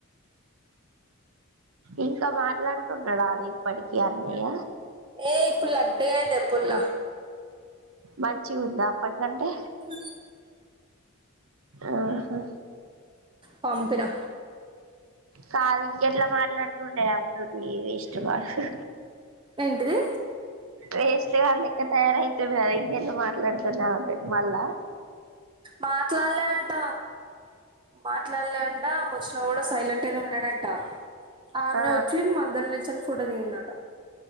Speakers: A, on the right (about 70°); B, on the right (about 20°).
A: ఇంకా మాట్లాడుతున్నాడా అనే ఇప్పటికి అన్నయ్య
B: ఏ ఇప్పుడు లడ్డు గా అయ్యిందే పోల్ల
A: మంచి ఉందా అప్పటికంటే
B: ఆ
A: ఆహా
B: పంపిన
A: కాదు ఇంకెట్లా మాట్లాడుతుండేయి ఆమె తోటి వేస్ట్ గాడు
B: ఏంటిది.
A: వేస్ట్ గానీ లెక్క తయారవుతురూ గాద ఇంకా ఎట్లా మాట్లాడుతుండు ఆమెతోటి మళ్ళా
B: మాట్లాడలే అంట మాట్లాడలే అంట ము శ్రావణ్ సైలెంట్ ఉన్నాడంట. ఆమెనే
A: ఆ
B: వచ్చి మందల్ ఫోటో దిగింది అట.